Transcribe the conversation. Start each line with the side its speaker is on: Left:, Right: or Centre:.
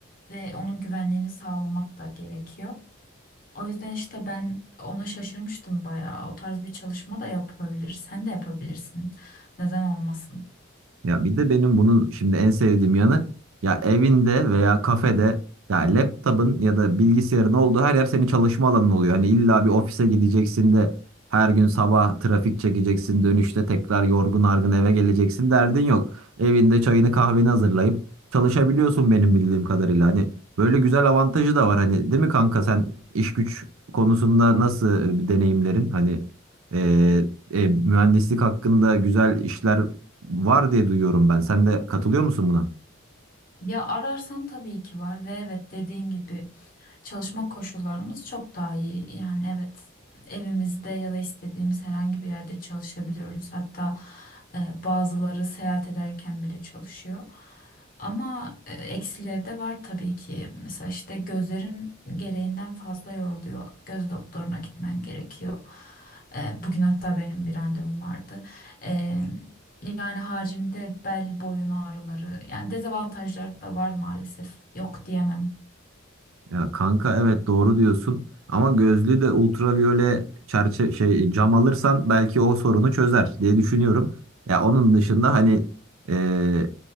Left: ve onun güvenliğini sağlamak da gerekiyor. O yüzden işte ben ona şaşırmıştım bayağı. O tarz bir çalışma da yapılabilir. Sen de yapabilirsin. Neden olmasın?
Right: Ya bir de benim bunun şimdi en sevdiğim yanı ya evinde veya kafede ya laptop'un ya da bilgisayarın olduğu her yer senin çalışma alanın oluyor. Hani illa bir ofise gideceksin de her gün sabah trafik çekeceksin dönüşte tekrar yorgun argın eve geleceksin derdin yok. Evinde çayını kahveni hazırlayıp çalışabiliyorsun benim bildiğim kadarıyla. Hani böyle güzel avantajı da var hani değil mi kanka sen iş güç konusunda nasıl e, deneyimlerin hani e, e, mühendislik hakkında güzel işler var diye duyuyorum ben. Sen de katılıyor musun buna?
Left: Ya ararsan tabii ki var ve evet dediğin gibi çalışma koşullarımız çok daha iyi. Yani evet evimizde ya da istediğimiz herhangi bir yerde çalışabiliyoruz. Hatta e, bazıları seyahat ederken bile çalışıyor. Ama e, eksileri de var tabii ki. Mesela işte gözlerin gereğinden fazla yoruluyor. Göz doktoruna gitmen gerekiyor. E, bugün hatta benim bir randevum vardı. E, yani haricinde bel boyun ağrıları yani dezavantajları da var maalesef. Yok diyemem.
Right: Ya kanka evet doğru diyorsun ama gözlüğü de ultraviyole çerçe şey cam alırsan belki o sorunu çözer diye düşünüyorum. Ya onun dışında hani e,